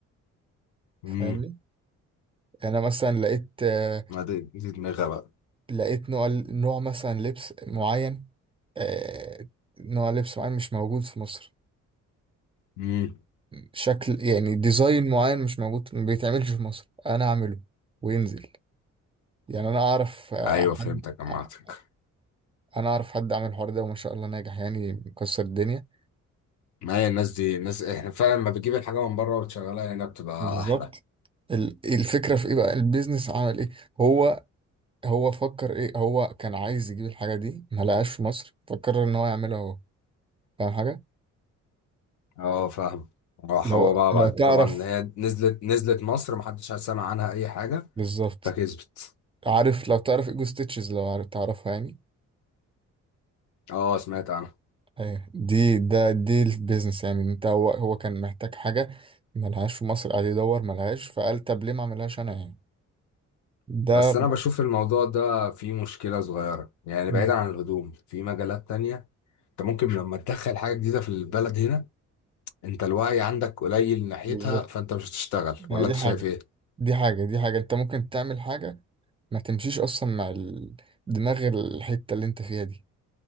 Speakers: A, on the right (about 20°); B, on the left (about 70°).
A: فاهمني
B: امم
A: يعني انا مثلا لقيت آه،
B: ما دي, دي دماغها بقى
A: لقيت نوع نوع مثلا لبس معين آه، نوع لبس معين مش موجود في مصر
B: امم
A: شكل يعني ديزاين معين مش موجود ما بيتعملش في مصر انا اعمله وينزل يعني انا اعرف آه،
B: ايوه فهمتك
A: حد
B: جمعتك
A: آه، انا اعرف حد عمل الحوار ده وما شاء الله ناجح يعني مكسر الدنيا
B: ما هي الناس دي الناس احنا فعلا لما بتجيب الحاجة من بره وتشغلها هنا بتبقى
A: بالظبط
B: احلى
A: ال- الفكرة في ايه بقى البيزنس عمل ايه هو هو فكر ايه هو كان عايز يجيب الحاجة دي ما لقاش في مصر فكر ان هو يعملها هو فاهم حاجة
B: اه فاهم راح
A: لو
B: هو
A: اه
B: بقى
A: لو
B: بعد
A: ايوه صح تعرف
B: طبعا هي نزلت نزلت مصر محدش سمع عنها اي حاجة
A: بالظبط
B: فكسبت
A: عارف لو تعرف ايجو ستيتشز لو عارف تعرفها يعني
B: اه سمعت عنها
A: ايه دي ده دي البيزنس يعني انت هو هو كان محتاج حاجة ما لهاش في مصر قاعد يدور ما لهاش فقال طب ليه ما اعملهاش انا يعني ده
B: بس انا بشوف الموضوع ده فيه مشكلة صغيرة يعني
A: مم،
B: بعيدا عن الهدوم في مجالات تانية انت ممكن لما تدخل حاجة جديدة في البلد هنا انت الوعي عندك قليل ناحيتها
A: بالظبط
B: فانت مش هتشتغل
A: يعني
B: ولا
A: دي
B: انت
A: حاجة
B: شايف ايه
A: دي حاجة دي حاجة انت ممكن تعمل حاجة ما تمشيش اصلا مع ال- دماغ الحتة اللي انت فيها دي